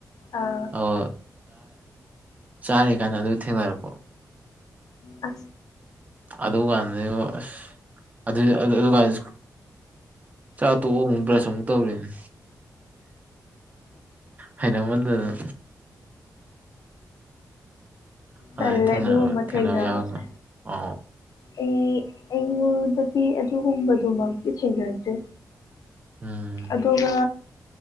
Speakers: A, on the left; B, on the right.
A: ꯑꯥ
B: ꯑꯣ ꯆꯥꯔꯤ ꯀꯥꯟꯗ ꯑꯗꯨ ꯊꯦꯡꯅꯔꯛꯄ
A: ꯑ
B: ꯑꯗꯨ ꯀꯥꯟꯗ ꯑꯁ ꯑꯗꯨꯥꯟ ꯆꯥ ꯇꯣꯛ ꯑꯃꯨꯛꯕ꯭ꯔꯁ ꯑꯃꯨꯛ ꯇꯧꯔꯤꯅꯦ ꯍꯥꯏꯅ ꯑꯃꯟꯗꯗꯅ ꯑꯗꯨꯃꯥꯏꯅ
A: ꯇꯜꯂꯦ ꯑꯗꯨꯒꯨꯝꯕ
B: ꯊꯦꯡꯅꯕ
A: ꯊꯦꯡꯅꯕꯁꯦ
B: ꯌꯥꯒ꯭ꯔ ꯑ
A: ꯑꯩ ꯑꯩꯉꯗꯗꯤ ꯑꯗꯨ ꯍꯨꯝꯕꯗꯨꯃꯤ ꯊꯦꯡꯒꯁꯦ
B: ꯎꯝ
A: ꯑꯗꯨꯒ